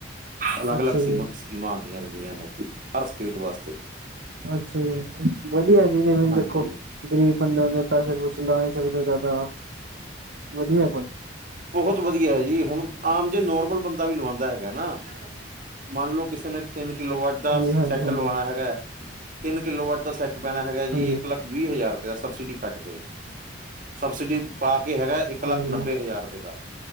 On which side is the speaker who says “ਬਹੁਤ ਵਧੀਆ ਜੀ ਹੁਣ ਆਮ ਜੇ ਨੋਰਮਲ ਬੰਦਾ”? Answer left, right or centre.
Right